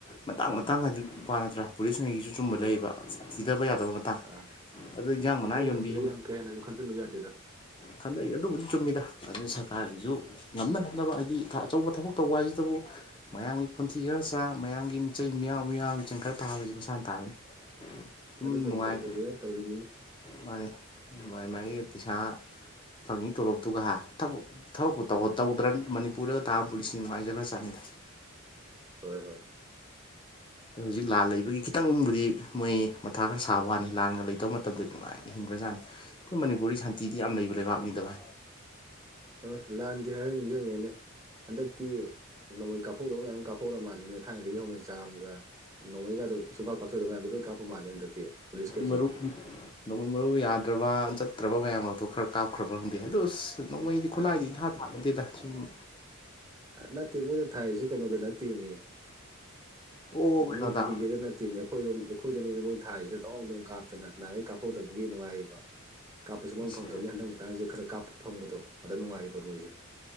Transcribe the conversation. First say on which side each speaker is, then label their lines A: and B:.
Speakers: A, on the left; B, on the right.
A: ꯃꯇꯥꯡ
B: ꯎꯝ
A: ꯃꯇꯥꯡ ꯍꯥꯏꯗꯤ ꯅꯨꯄꯥ ꯅꯠꯇ꯭ꯔꯥ ꯄꯨꯂꯤꯁꯉꯩꯒꯤꯁꯨ ꯆꯨꯝꯕ
B: ꯍꯣꯏ
A: ꯂꯩꯌꯦꯕ
B: ꯍꯣꯏ
A: ꯊꯤꯗꯕ ꯌꯥꯗꯕ ꯃꯇꯥꯡ
B: ꯑꯥ
A: ꯑꯗꯣ ꯏꯟꯖꯥꯡ ꯃꯅꯥ
B: ꯍꯣꯏꯗ
A: ꯌꯣꯟꯕꯤ
B: ꯁꯤꯗ ꯌꯥꯝ ꯀꯩ ꯍꯦꯟꯅꯁꯨ ꯈꯟꯖꯤꯜꯂꯨ ꯌꯥꯗꯦꯗ
A: ꯈꯟꯗꯩ ꯑꯗꯨꯕꯨꯗꯤ ꯆꯨꯝꯃꯤꯗ ꯑꯗꯨꯅ ꯁꯔꯀꯥꯔꯒꯤꯁꯨ
B: ꯎꯝ
A: ꯉꯝꯅ ꯉꯝꯅꯕ ꯍꯥꯏ ꯑꯆꯧꯕ ꯊꯕꯛ ꯇꯧꯕ ꯍꯥꯏꯁꯤꯗꯕꯨ ꯃꯌꯥꯝꯒꯤ ꯈꯣꯟꯊꯤ ꯈꯔ ꯆꯥ ꯃꯌꯥꯝꯒꯤ ꯃꯤꯆ ꯃꯤꯌꯥꯝ ꯃꯤꯌꯥꯝꯒꯤ ꯆꯪꯈꯠ ꯑ ꯇꯥꯕꯁꯤ ꯃꯁꯥꯅ ꯇꯥꯕꯅꯤ ꯑꯗꯨꯝ
B: ꯑꯗꯨꯇꯕꯨ
A: ꯅꯨꯡꯉꯥꯏ
B: ꯇꯧꯖꯒꯦꯅ ꯇꯧꯔꯤꯕꯅꯤꯅꯦ
A: ꯃꯥꯅꯤ ꯥꯏ ꯃꯥꯒꯤ ꯄꯩꯁꯥ ꯐꯪꯉꯤ ꯇꯣꯂꯣꯞꯇꯨꯒꯥ ꯊꯕꯛ ꯊꯕꯛꯄꯨ
B: ꯑꯥ
A: ꯇꯧꯗ꯭ꯔ ꯃꯅꯤꯄꯨꯔꯗꯒ ꯇꯥꯕ ꯄꯨꯂꯤꯁꯁꯤꯡ ꯅꯨꯡꯉꯥꯏꯖꯈ꯭ꯔꯥ ꯆꯠꯅꯤꯗ
B: ꯍꯣꯏ ꯍꯣꯏ
A: ꯍꯧꯖꯤꯛ ꯂꯥꯟ ꯂꯩꯕꯒꯤ ꯈꯤꯇꯪꯕꯨꯗꯤ ꯃꯣꯏ ꯃꯊꯥ ꯈꯔ ꯁꯥꯕ ꯋꯥꯅꯤ ꯂꯥꯟꯒ ꯂꯩꯇꯧꯕ ꯃꯇꯝꯗꯗꯤ ꯀꯃꯥꯏꯅ ꯍꯤꯡꯕ꯭ꯔꯥꯠ ꯑꯩꯈꯣꯏ ꯃꯅꯤꯄꯨꯔꯔꯤ ꯁꯥꯟꯇꯤꯗꯤ ꯌꯥꯝ ꯂꯩꯕ ꯂꯩꯕꯥꯛꯅꯤꯗꯚ
B: ꯑ ꯂꯥꯟꯒꯦ ꯍꯥꯏꯔ ꯅꯤꯡꯁꯤꯡꯉꯦꯅꯦ ꯍꯟꯗꯛꯇꯤ ꯅꯣꯡꯃꯩ ꯀꯥꯞꯍꯧꯗꯕ ꯃꯌꯥꯝ ꯀꯥꯞꯍꯧꯔ ꯃꯥꯜꯂꯤꯅꯦ ꯊꯥꯏꯅꯗꯒꯤ ꯍꯧꯅ ꯆꯥꯝꯒ ꯅꯣꯡꯃꯩꯒꯗ ꯁꯨꯡꯀꯥꯞ ꯀꯥꯞꯆꯗꯕ ꯃꯌꯥꯝꯗꯣ ꯂꯣꯏ ꯀꯥꯞꯄ ꯃꯥꯂꯦ ꯍꯟꯗꯛꯇꯤ ꯄꯨꯂꯤꯁꯈꯩꯁꯦ
A: ꯃꯔꯨ ꯅꯣꯡꯃꯩ ꯃꯔꯨ ꯌꯥꯗ꯭ꯔꯕ ꯆꯠꯇ꯭ꯔꯕ ꯃꯌꯥꯝꯃꯛꯇꯣ ꯈꯔ ꯀꯥꯞꯈ꯭ꯔꯕ ꯈꯪꯗꯦ ꯑꯗꯨꯗꯣ ꯑꯁ ꯅꯣꯡꯃꯩꯗꯤ
B: ꯑ
A: ꯈꯨꯠꯂꯥꯏꯗꯤ ꯏꯟꯊꯥ ꯊꯥꯔꯗꯦꯗ ꯑꯗꯨꯨꯝ
B: ꯅꯠꯇꯦ ꯃꯣꯏꯅ ꯊꯥꯏꯁꯤ ꯀꯩꯅꯣꯗ ꯅꯠꯇꯦ ꯃꯤ
A: ꯑꯣ
B: ꯎ
A: ꯀꯩꯅꯣꯗ
B: ꯃꯣꯏ ꯀꯨꯀꯤꯈꯩꯗ ꯅꯠꯇꯦꯅꯦ ꯑꯩꯈꯣꯏꯔꯣꯝ ꯑꯩꯈꯣꯏꯗꯅꯦ ꯃ ꯃꯣꯏ ꯊꯥꯏꯁꯤꯅ ꯇꯧꯉ ꯇꯧꯉ ꯀꯥꯞꯇꯅ ꯅꯍꯥꯟꯈꯩ ꯀꯥꯞꯍꯧꯗꯕꯒꯤ ꯅꯨꯡꯉꯥꯏꯕ ꯀꯥꯞꯄꯁꯨ ꯃ
A: ꯑꯁ
B: ꯐꯪꯗ꯭ꯔꯕꯅꯤ ꯍꯟꯗꯛ ꯃꯇꯥꯡꯁꯤꯗ ꯈꯔ ꯀꯥꯞꯄ ꯐꯪꯕꯗꯣ ꯑꯗ ꯅꯨꯡꯉꯥꯏꯌꯦꯕ ꯃꯣꯏꯁꯨ